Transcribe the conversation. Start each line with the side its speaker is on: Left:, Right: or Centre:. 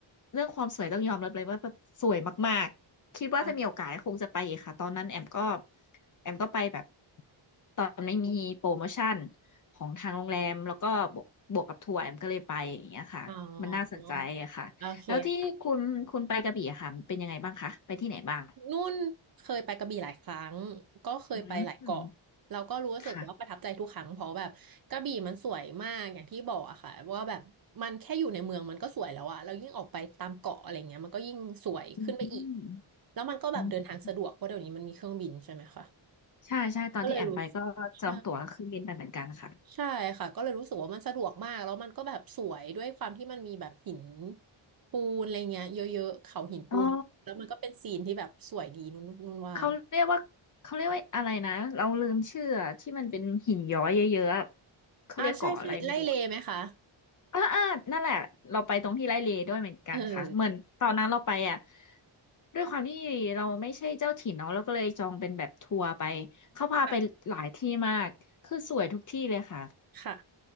Left: เรื่องความสวยต้องยอมรับเลยว่าแบบสวยมากๆคิดว่าจะมีโอกาสคงจะไปอีกค่ะตอนนั้นแอมก็
Right: ค่ะ
Left: แอมก็ไปแบบตอนไม่มีโปรโมชั่นของทางโรงแรมแล้วก็บวกบวกกับทัวร์แอมก็เลยไปอย่างเงี้ยค่ะมันน่าสนใจอะค่ะแล้วที่คุณคุณไปกระบี่อะค่ะเป็นยังไงบ้างคะไปที่ไหนบ้าง
Right: อ๋อโอเคค่ะนุ่นเคยไปกระบี่หลายครั้งก็เคยไปหลายเกาะแล้วก็รู้สึกว่าประทับใจทุกครั้งเพราะแบบกระบี่มันสวยมากอย่างที่บอกอะค่ะว่าแบบมันแค่อยู่ในเมืองมันก็สวยแล้วอะแล้วยิ่งออกไปตามเกาะอะไรเงี้ยมันก็ยิ่งสวยขึ้นไปอีก
Left: อืมค่ะอืม
Right: แล้วมันก็แบบเดินทางสะดวกเพราะเดี๋ยวนี้มันมีเครื่องบินใช่ไหมคะ
Left: อืมใช่ใช่ตอนที่แอมไปก็จองตั๋วเครื่องบินไปเหมือนกันค่ะ
Right: ก็เลยรู้ใช่ ใช่ค่ะก็เลยรู้สึกว่ามันสะดวกมากแล้วมันก็แบบสวยด้วยความที่มันมีแบบหินปูนอะไรเงี้ยเยอะๆเขาหินปูนแล้วมันก็เป็นซีนที่แบบสวยดีนุ่นนุ่นว่า
Left: อ๋อ เขาเรียกว่าเขาเรียกว่าอะไรนะเราลืมชื่ออะที่มันเป็นหินย้อยเยอะๆอะเขาเรียกเกาะอะไรไม่รู้อะ
Right: อ่าใช่ใช่ไล่เลไหมคะ
Left: อ่าอ่านั่นแหละเราไปตรงที่ไร่เลด้วยเหมือนกันค่ะเหมือนตอนนั้นเราไปอ่ะ
Right: เออ
Left: ด้วยความที่เราไม่ใช่เจ้าถิ่นเนาะเราก็เลยจองเป็นแบบทัวร์ไปเขาพาไปหลายที่มากคือสวยทุกที่เลยค่ะ
Right: ค่ะค่ะ